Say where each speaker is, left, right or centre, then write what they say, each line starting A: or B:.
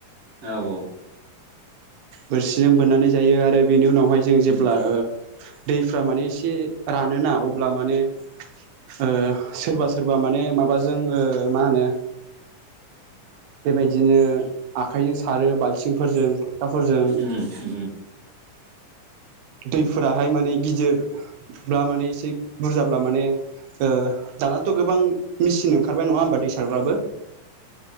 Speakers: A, on the right; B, on the right.
A: औ औ।
B: बोरसिजों बोननानै जायो आरो बेनि उनावहाय जों
A: उम
B: जेब्ला ओ दैफ्रा माने एसे रानोना अब्ला माने ओ सोरबा सोरबा माने माबाजों ओ मा होनो बेबायदिनो आखाइजों सारो बाल्थिंफोरजों फिथाफोरजों
A: उम उम।
B: दैफोराहाय माने गिदिर बा माने एसे बुरजाब्ला माने ओ। दानाथ' गोबां मेसिन ओंखारबाय नङा होमबा दै सारफ्राबो